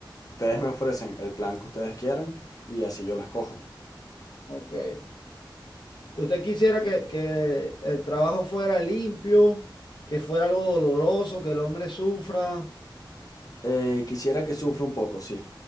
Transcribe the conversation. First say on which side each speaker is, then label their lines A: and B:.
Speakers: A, on the left (about 45°); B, on the left (about 70°).
A: Ustedes
B: O-
A: me ofrecen el plan que ustedes quieran y así yo lo escojo.
B: ok. ¿Usted quisiera que, que el trabajo fuera limpio, que fuera algo doloroso, que el hombre sufra?
A: Eh, quisiera que sufra un poco, sí.